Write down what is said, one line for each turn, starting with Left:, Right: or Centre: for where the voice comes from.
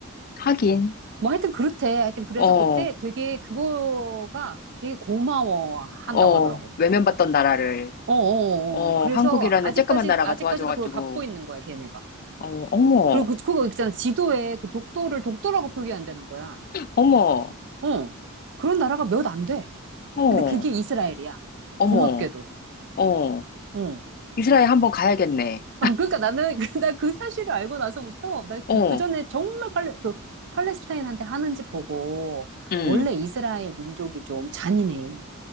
Left: 하긴,
Right: 뭐 하여튼 그렇대. 하여튼 그래서
Left: 어,
Right: 그때 되게 그거가 되게 고마워한다고
Left: 어.
Right: 하더라고.
Left: 외면받던 나라를.
Right: 어어어.
Left: 어,
Right: 그래서
Left: 한국이라는
Right: 아직까지,
Left: 쬐끄만 나라가
Right: 아직까지도
Left: 도와줘가지고,
Right: 그걸 갚고 있는 거야, 걔네가.
Left: 어, 어머,
Right: 그리고 그, 그거 있잖아. 지도에 그 독도를 독도라고 표기한다는 거야.
Left: 어머,
Right: 어. 그런 나라가 몇 안 돼.
Left: 어,
Right: 근데 그게 이스라엘이야.
Left: 어머,
Right: 고맙게도.
Left: 어,
Right: 어.
Left: 이스라엘 한번 가야겠네.
Right: 아, 그러니까 나는, <laughs> 나 그 사실을 알고 나서부터, 나
Left: 어,
Right: 그 전에 정말 팔레, 그, 팔레스타인한테 하는 짓 보고,
Left: 음,
Right: 원래 이스라엘 민족이 좀 잔인해.